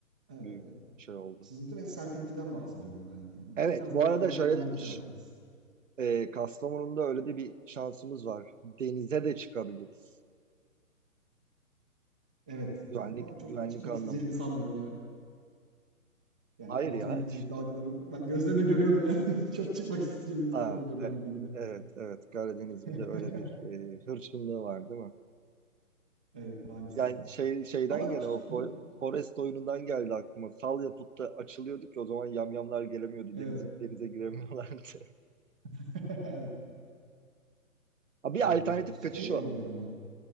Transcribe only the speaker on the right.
büyük
şey oldu.
Evet
bu
arada
şöyle
ş- e, Kastamonu'nda öyle de bir şansımız var. Denize de çıkabiliriz.
Güvenlik
güvenlik
anlamında.
Hayır
ya.
ş-
Ha,
e-
evet evet Karadeniz bir
de öyle bir e, hırçınlığı var değil mi?
Yani şey şeyden
gene
o For-
Forest oyunundan geldi aklıma. Sal yapıp da açılıyorduk ya o zaman yamyamlar gelemiyordu.
Denize, denize giremiyorlardı. <laughs>
Ha, bir
alternatif kaçış
o.